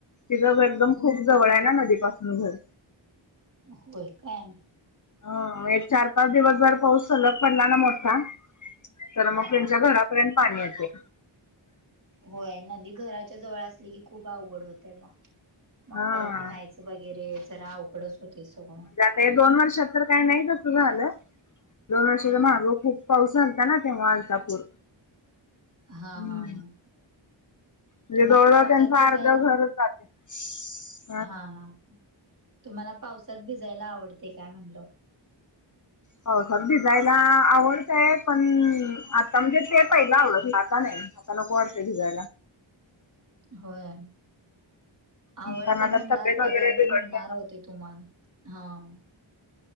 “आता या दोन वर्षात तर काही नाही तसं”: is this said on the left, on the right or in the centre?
Left